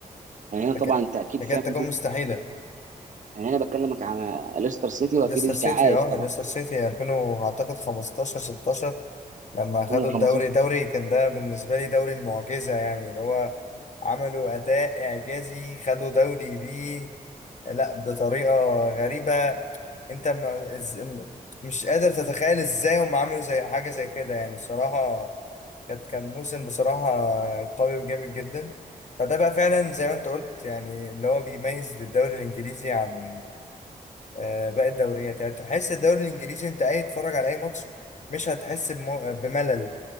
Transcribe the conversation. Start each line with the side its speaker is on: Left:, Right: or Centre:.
Right: يعني انا هنا
Left: لكن
Right: طبعا انت اكيد
Left: لكن
Right: فاهم
Left: تكون مستحيلة
Right: يعني انا هنا بكلمك على ليستر سيتي واكيد
Left: ليستر
Right: انت
Left: سيتي
Right: عارف
Left: اه
Right: طبعا
Left: ليستر سيتي 2000 و- اعتقد 15 16 لما
Right: 2015
Left: خدوا الدوري دوري كان ده بالنسبة لي دوري المعجزة يعني اللي هو عملوا أداء إعجازي خدوا دوري بيه لا بطريقة غريبة أنت ما إز... مش قادر تتخيل إزاي هم عملوا زي حاجة زي كده يعني الصراحة كانت كان موسم بصراحة قوي وجامد جدا فده بقى فعلا زي ما أنت قلت يعني اللي هو بيميز الدوري الإنجليزي عن آه، باقي الدوريات يعني تحس الدوري الانجليزي انت قاعد تتفرج على اي ماتش مش هتحس بم- بملل